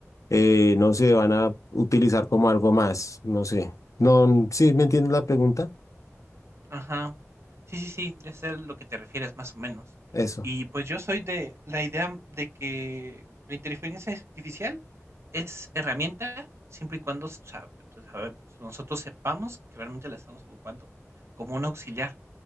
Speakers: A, on the left; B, on the right.
A: eh, no sé, van a utilizar como algo más? No sé. No, ¿sí me entiendes la pregunta?
B: Ajá. Sí, sí, sí, ya sé a lo que te refieres más o menos.
A: Eso.
B: Y pues yo soy de la idea mm, de que la inteligencia artificial es herramienta siempre y cuando sa- pues, sabe- nosotros sepamos que realmente la estamos ocupando como un auxiliar,